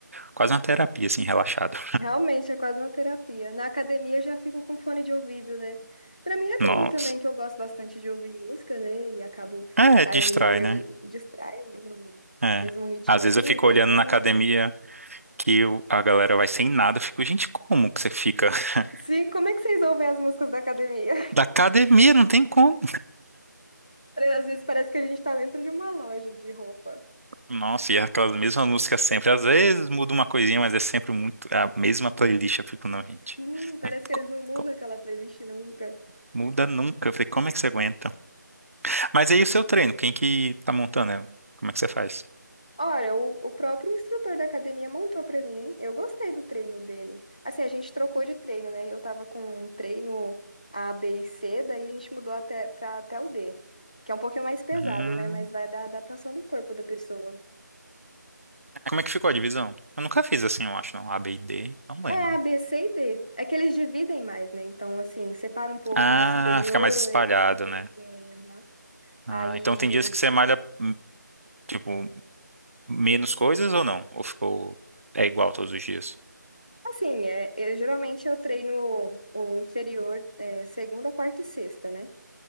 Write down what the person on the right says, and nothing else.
Quase uma terapia, assim, relaxado.
Nossa.
É,
distrai,
né?
É.
Às
vezes eu fico
olhando na academia que o- a galera vai sem nada. Eu fico, gente, como que você fica? <laughs>
Da academia, não tem como.
Nossa, e aquelas mesmas músicas sempre. Às vezes muda uma coisinha, mas é sempre muito a mesma playlist. Eu fico, não, gente.
não tem
como,
como.
Muda nunca. Eu falei, como é que você aguenta? Mas aí o seu treino, quem que tá montando ela? Como é que você faz?
Hum.
Como é que ficou a divisão? Eu nunca fiz assim, eu acho, não. A, B e D, não lembro.
Ah,
fica mais espalhado,
né?
Ah,
então tem dias que você malha, hum, tipo, menos coisas ou não? Ou ficou, é igual todos os dias?